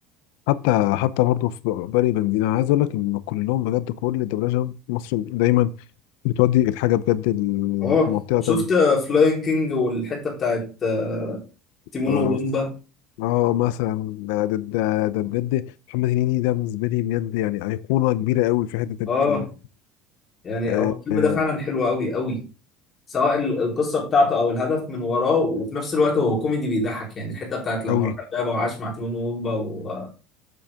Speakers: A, on the left; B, on the left.
A: حتى حتى برضه في بالي بنزين انا عايز اقول لك ان كلهم بجد كل الدبلجه المصري دايما بتودي الحاجه بجد
B: اه
A: لمنطقه
B: شفت
A: تانية
B: فلاين كينج والحتة بتاعت آه، تيمون
A: آه،
B: وبومبا
A: اه مثلا ده ده ده, ده بجد محمد هنيدي ده بالنسبه لي بجد يعني ايقونه كبيره قوي في حته
B: اه
A: ال-
B: يعني
A: آه
B: هو الفيلم
A: آه
B: ده فعلا حلو قوي قوي سواء ال- القصه بتاعته او الهدف من وراه وفي نفس الوقت هو كوميدي بيضحك يعني الحته بتاعت لما
A: قوي
B: راح الغابه وعاش مع تيمون وومبا ومش